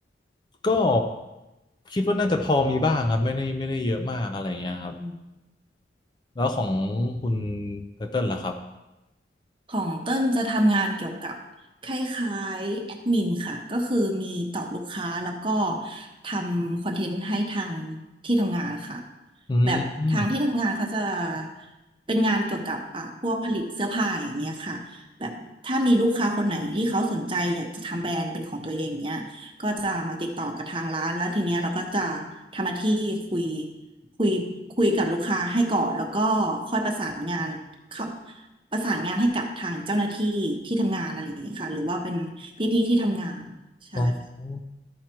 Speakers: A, on the left; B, on the right.
A: ก็คิดว่าน่าจะพอมีบ้างครับไม่ได้ไม่ได้เยอะมากอะไรเงี้ยครับ
B: อืม
A: แล้วของคุณไตเติ้ลล่ะครับ
B: ของเต้นจะทำงานเกี่ยวกับคล้ายๆแอดมินค่ะก็คือมีตอบลูกค้าแล้วก็ทำคอนเทนต์ให้ทางที่ทำงานค่ะ
A: อืมอม
B: แบบทางที่ทำงานเขาจะเป็นงานเกี่ยวกับอ่ะพวกผลิตเสื้อผ้าอย่างเงี้ยค่ะแบบถ้ามีลูกค้าคนไหนที่เขาสนใจอยากจะทำแบรนด์เป็นของตัวเองเนี้ยก็จะมาติดต่อกับทางร้านแล้วทีเนี้ยเราก็จะทำหน้าที่คุยคุยคุยกับลูกค้าให้ก่อนแล้วก็ค่อยประสานงานเข้า ประสานงานให้กับทางเจ้าหน้าที่ที่ทำงานอะไรอย่างนี้ยค่ะหรือว่าเป็นพี่ๆที่ทำงานใช่ค่ะ
A: อ๋อ